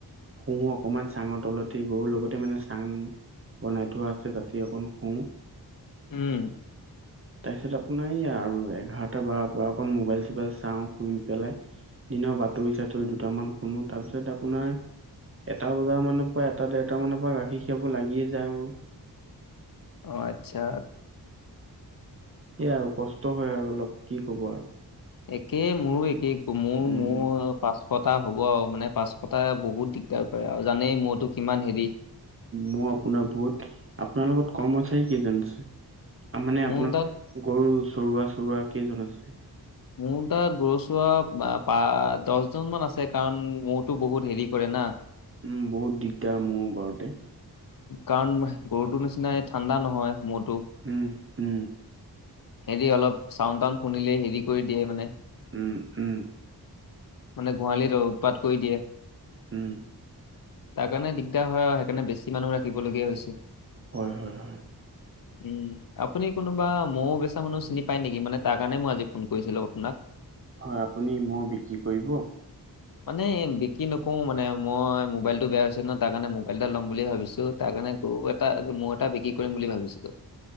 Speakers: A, on the right; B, on the left.
A: শু, অকণমান চাঙৰ তলতে গৰুৰ লগতে, মানে চাং বনাই থোৱা আছে, তাতে অকণ শু।
B: উম,
A: তাৰপিছত আপোনাৰ এইয়া আৰু এঘাৰটা, বাৰ পৰা অকণ মোবাইল-চোবাইল চাওঁ শুই পেলাই। দিনৰ বাতৰি-চাতৰি দুটামান শুনো, তাৰপিছত আপোনাৰ এটা বজাৰ মানৰ পৰা, এটা দেৰটা মানৰ পৰা, গাখীৰ খিয়াব লাগিয়ে যাওঁ।
B: অ, আচ্ছা।
A: এইয়া আৰু কষ্ট হয় আৰু অলপ কি ক'ব আৰু।
B: একে, মোৰো একে কোমোৰ,
A: উম
B: মোৰ আৰু পাচ শটা হ'ব আৰু মানে পাঁচশটা বহুত দিগদাৰ কৰে আৰু জানেই মইতো কিমান হেৰি।
A: মই আপোনাৰ বহুত, আপোনাৰ লগত কৰ্মচাৰী কেইজন আছে? মানে আপোনাৰ
B: মোৰ তাত
A: গৰু চৰোৱা, চৰোৱা কেইজন আছে?
B: মোৰ তাত গৰুচোৱা পা, দহজন মান আছে কাৰণ মোহটো বহুত হেৰি কৰে না।
A: উম, বহুত দিগদাৰ, মহ বাৰোতে।
B: কাৰণ গৰুটোৰ নিচিনাই ঠাণ্ডা নহয় মহটো।
A: উম, উম
B: হেৰি অলপ চাউণ্ড, টাউড শুনিলেই হেৰি কৰি দিয়ে মানে।
A: উম, উম,
B: মানে গোহালিত উৎপাত কৰি দিয়ে।
A: উম,
B: তাৰ কাৰণে দিগদাৰ হয় আৰু সেইকাৰণে বেছি মানুহ ৰাখিবলগীয়া হৈছে।
A: হয়, হয়, হয়।
B: উম, আপুনি কোনোবা মৌ বেচা মানুহ চিনি পায় নেকি, মানে তাৰ কাৰণে মই আজি ফোন কৰিছিলো আপোনাক। <inaudible>
A: হয় আপুনি মৌ, বিক্ৰী কৰিব।
B: মানে বিক্ৰী নকও মানে মই, মোবাইলটো বেয়া হৈছে ন, তাৰ কাৰণে মোবাইল এটা ল'ম বুলি ভাবি ছো, তাৰ কাৰণে গৰু এটা, মোৰ এটা বিক্ৰী কৰিম বুলি ভাবিছিলো।